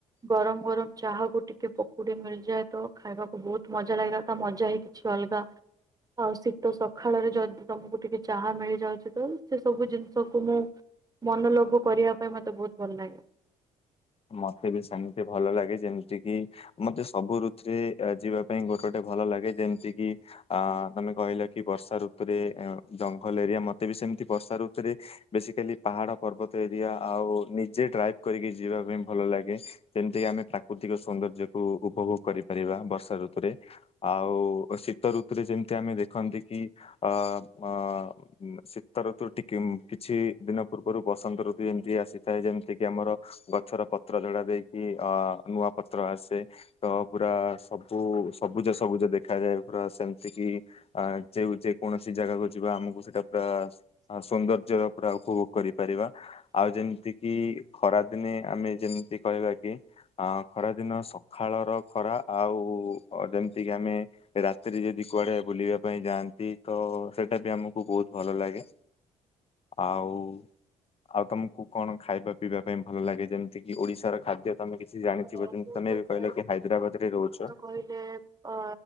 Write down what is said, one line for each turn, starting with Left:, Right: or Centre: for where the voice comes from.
Right: ଗରମ ଗରମ ଚାହା କୁ ଟିକେ ପକୁଡି ମିଳିଯାଏ ତ ଖାଇବାକୁ ବହୁତ ମଜା ଲାଗୋ ତା ମଜା ହି କିଛି ଅଲଗା ଆଉ ଶୀତ ସକାଳରେ ଯଦି ତମକୁ ଟିକେ ଚାହା ମିଳିଯାଉଛି ତ ସେ ସବୁ ଜିନିଷକୁ ମୁଁ ମନଲୋଭ କରିବା ପାଇଁ ମତେ ବହୁତ ଭଲ ଲାଗେ।
Left: ମତେ ବି ସେମିତି ଭଲ ଲାଗେ ଯେମିତିକି ମତେ ସବୁ ଋତୁରେ ଯିବା ପାଇଁ ଗୋଟେ ଗୋଟେ ଭଲ ଲାଗେ ଯେମିତି କି ଆ ତମେ କହିଲ କି ବର୍ଷା ଋତୁରେ ଜଙ୍ଗଲ ଏରିଆ ମତେ ବି ସେ ଏମ୍‌ତି ବର୍ଷା ରୁତୁ ରେ ବେସିକାଲି ପାହାଡ ପର୍ବତ ଏରିଆ ଆଉ ନିଜେ ଡ୍ରାଇଭ କରିକି ଯା ଯିବା ପାଇଁ ଭଲ ଲାଗେ ଯେମତିକ ଆମେ ପ୍ରାକୃତିକ ସୌନ୍ଦର୍ଯ୍ୟକୁୁ ଉପଭୋଗ କରିପାରିବା ବର୍ଷା ଋତୁରେ। ଆଉ ଶୀତ ଋତୁରେ ଯେମିତି ଆମେ ଦେଖନ୍ତି କି ଅ ଅ ଶୀତ ଋତୁ ଟିକେ କିଛି ଦିନ ପୂର୍ବରୁ ବସନ୍ତ ଋତୁ ଏମିତି ଆସିଥାଏ ଯେମିତି କିି ଆମର ଗଛର ପତ୍ର ଝଡା ଦେଇକି ଅ ନୂଆ ପତ୍ର ଆସେ ତ ପୁରା ସବୁ ଉ ସବୁଜ ସବୁଜ ଦେଖାଯାଏ ପୁରା ସେମିତି କିି ଅ ଯେଉ ଯେ କୌଣସି ଜାଗାକୁ ଯିବା ଆମକୁ ସେଇଟା ପୁର ସୌନ୍ଦର୍ଯ୍ୟ ର ପୁରା ଉପଭୋଗ କରିପାରିବା ଆଉ ଯେମିତି କିି ଖରାଦିନେ ଆମେ ଯେମିତି କହିବା କି ଅ ଖରାଦିନ ସକାଳର ଖରା ଆଉ ଉ ଅ ଯେମିତିକି ଆମେ ରାତିରେ ଯଦି କୁଆଡେ ବୁଲିବା ପାଇଁ ଯାଆନ୍ତି ତ ସେଟା ବି ଆମକୁ ବୋଉତ୍ ଭଲ ଲାଗେ ଆଉ ଆଉ ତମକୁ କଣ ଖାଇବାକୁ ପିଇବା ପାଇଁ ଭଲ ଲାଗେ ଯେମିତି କିି ଓଡିଶାର ଖାଦ୍ୟ ତମେ କିଛି ଜାଣିଥିବ
Right: ବଣ
Left: ଯେମିତି ତମେ ଏବେ କହିଲ କି ହାଇଦ୍ରାବାଦ ରେ ରହୁଛ
Right: କହିଲେ ଅ